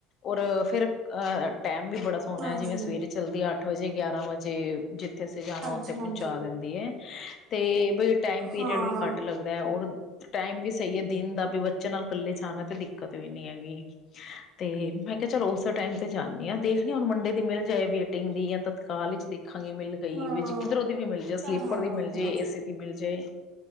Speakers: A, on the left (about 35°); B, on the right (about 45°).
A: ਔਰ ਫਿਰ ਅਹ ਟਾਈਮ ਵੀ ਬੜਾ ਸੋਹਣਾ
B: ਹਾਂਜੀ
A: ਹੈ ਜਿਵੇਂ ਸਵੇਰੇ ਚੱਲਦੀ ਅੱਠ ਵਜੇ ਗਿਆਰਾਂ ਵਜੇ ਜਿੱਥੇ ਸੀਗਾ
B: ਹਾਂਜੀ
A: ਉੱਥੇ
B: ਹਾਂਜੀ
A: ਪਹੁੰਚਾ ਦਿੰਦੀ ਹੈ ਤੇ ਬਈ ਟਾਈਮ ਪੀਰੀਅਡ
B: ਹਾਂ
A: ਵੀ ਘੱਟ ਲੱਗਦਾ। ਔਰ ਟਾਈਮ ਵੀ ਸਹੀ ਹੈ ਦਿਨ ਦਾ ਵੀ ਬੱਚੇ ਨਾਲ ਇਕੱਲੇ ਜਾਣਾ ਤੇ ਦਿੱਕਤ ਵੀ ਨੀ ਹੈਗੀ <unintelligible> ਅਤੇ ਮੈਂ ਕਿਹਾ ਚਲ ਉਸੇ ਟਾਈਮ 'ਤੇ ਜਾਂਦੀ ਹਾਂ ਦੇਖਦੀ ਹਾਂ ਹੁਣ ਮੰਡੇ ਦੀ ਮਿਲ ਜਾਏ ਵੇਟਿੰਗ ਦੀ ਜਾਂ ਤਤਕਾਲ ਵਿੱਚ ਦੇਖਾਂਗੇ ਮਿਲ ਗਈ
B: ਹਾਂ
A: ਵੀ ਕਿੱਧਰੋਂ ਦੀ ਵੀ ਮਿਲ ਜਾਏ
B: ਤਾਂ
A: ਸਲੀਪਰ
B: ਹਾਂ
A: ਦੀ ਮਿਲ ਜਾਏ
B: ਹਾਂ
A: ਇਸ, ਮਿਲ ਜਾਏ